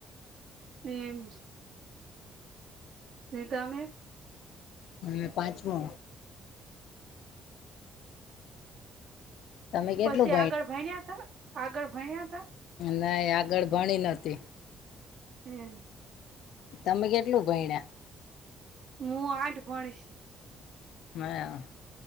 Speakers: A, on the right (about 65°); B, on the left (about 75°).
A: એ એમ હ ત અમે
B: હ પાંચમો તમે કેટલું
A: પછી આગળ ભણ્યા તા આગળ ભણ્યા તા?
B: ના આગળ ભણી નહોંતી
A: હમ.
B: તમે કેટલું ભયણા?
A: હું આઠ ભણીશ.
B: હ.